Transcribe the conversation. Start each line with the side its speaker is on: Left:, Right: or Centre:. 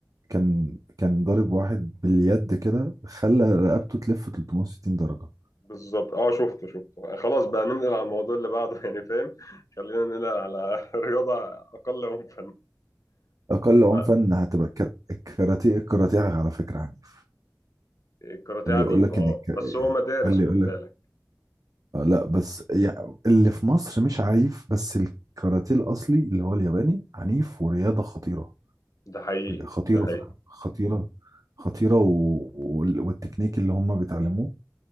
Right: كان كان ضارب واحد باليد كده خلى رقبته تلف 360 درجه
Left: بالظبط اه شفته شفته خلاص بقى ننقل على الموضوع اللي بعده <laughs> يعني فاهم خلينا ننقل على <laughs> رياضه اقل عنفا
Right: اقل عنفا
Left: ف-
Right: هتبقى الكر- الكاراتيه الكاراتيه على فكره عنيف
Left: الكاراتيه
Right: اللي
Left: عنيف
Right: يقول لك
Left: اه
Right: ان الك...
Left: بس هو مدارس
Right: اللي
Left: خد
Right: يقول
Left: بالك
Right: لك آه، لا بس يعني اللي في مصر مش عنيف بس الكاراتيه الاصلي اللي هو الياباني عنيف ورياضه خطيره
Left: ده حقيقي
Right: خطيره
Left: ده حقيقي
Right: فعلا. خطيره خطيره و... وال- والتكنيك اللي هم بيتعلموه